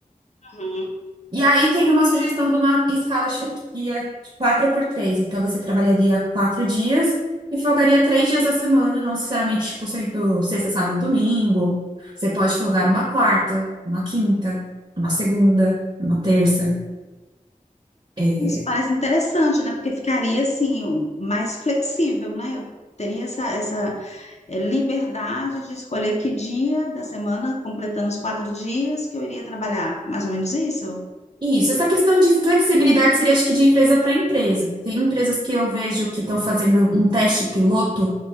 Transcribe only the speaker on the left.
Uhum.
Isso parece interessante, né? Porque ficaria assim, um- mais flexível, né? Eu teria essa, essa eh, liberdade de escolher que dia da semana, completando os quatro dias, que eu iria trabalhar. Mais ou menos isso?